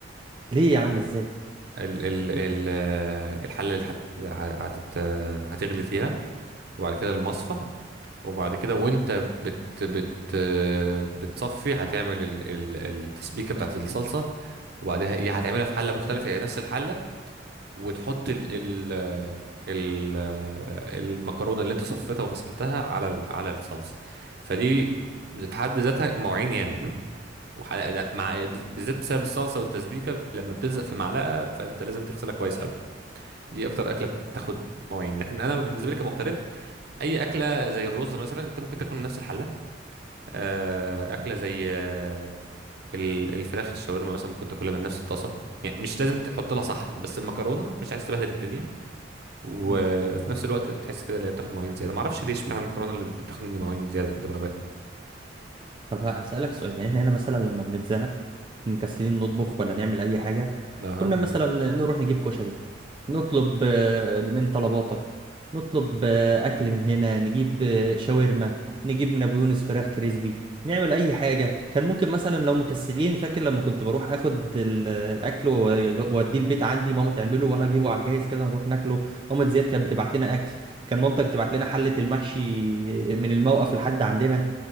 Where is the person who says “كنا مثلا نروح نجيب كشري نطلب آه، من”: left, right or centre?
Right